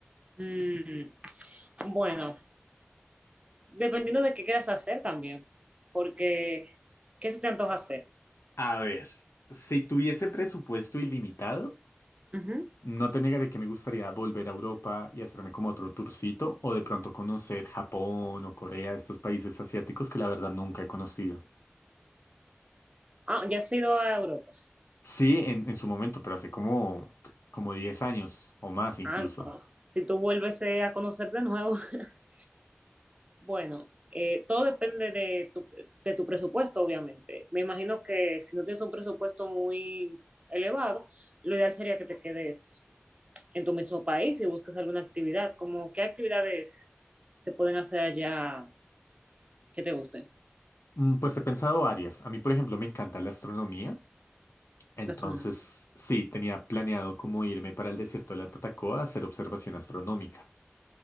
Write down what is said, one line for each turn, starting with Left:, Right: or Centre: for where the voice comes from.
Right: Mm, bueno, dependiendo de qué quieras hacer también, porque ¿qué se te antoja hacer?
Left: A ver, si tuviese presupuesto ilimitado,
Right: Ujú.
Left: No te negaré que me gustaría volver a Europa y hacerme como otro tourcito o de pronto conocer Japón o Corea, estos países asiáticos que la verdad nunca he conocido.
Right: Ah, ¿ya has ido a Europa?
Left: Sí, en, en su momento, pero hace como, como 10 años o más incluso.
Right: Ah, no. Si tú vuelves eh, a conocer de nuevo. <laughs> Bueno, eh, todo depende de tu, de tu presupuesto, obviamente. Me imagino que si no tienes un presupuesto muy elevado, lo ideal sería que te quedes. en tu mismo país y busques alguna actividad, como qué actividades se pueden hacer allá que te gusten.
Left: Mm, Pues he pensado varias. A mí, por ejemplo, me encanta la astronomía. Entonces,
Right: gastronomía.
Left: sí, tenía planeado como irme para el desierto de la Tatacoa a hacer observación astronómica.